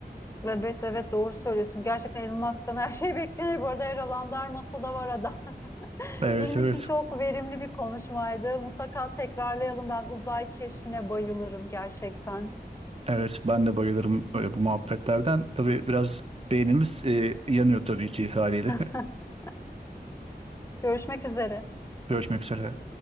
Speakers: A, on the left; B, on the right.
A: Evet evet doğru söylüyorsun. Gerçekten Elon Musk'tan her şey <laughs> beklenir. Bu arada her alanda her masada var adam. <laughs>
B: Evet
A: Benim
B: evet.
A: için çok verimli bir konuşmaydı. Mutlaka tekrarlayalım. Ben uzay keşfine bayılırım gerçekten.
B: Evet ben de bayılırım böyle bu muhabbetlerden. Tabii biraz beynimiz e, yanıyor tabii ki haliyle.
A: <laughs>
B: <laughs>
A: Görüşmek üzere.
B: Görüşmek üzere.